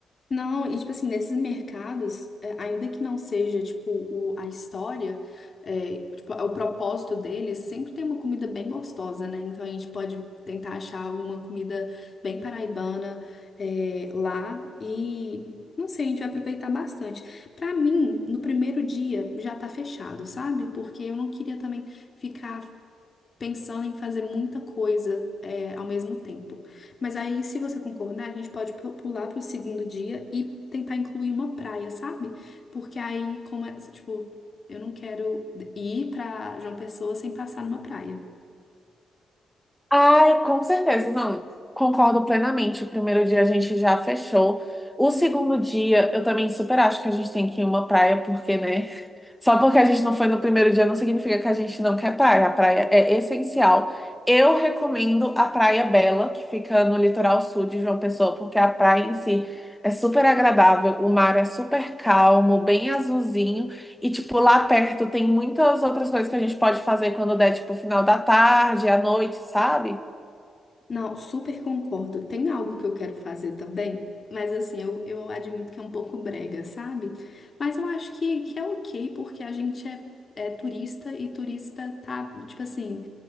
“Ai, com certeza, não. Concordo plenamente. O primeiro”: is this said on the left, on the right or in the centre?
Centre